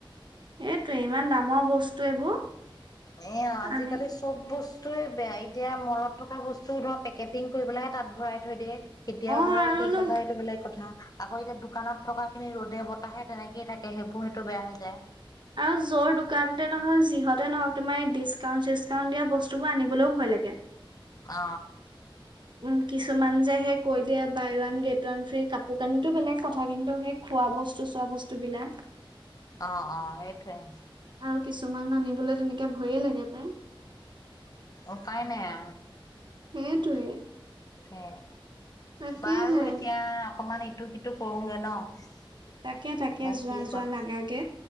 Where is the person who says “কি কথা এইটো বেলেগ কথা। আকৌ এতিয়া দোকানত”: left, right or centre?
Left